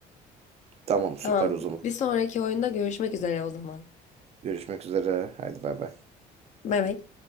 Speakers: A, on the right; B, on the left.
A: Tamam süper
B: Tamam.
A: o zaman.
B: Bir sonraki oyunda görüşmek üzere o zaman.
A: Görüşmek üzere. Hadi bay bay.
B: Bay bay.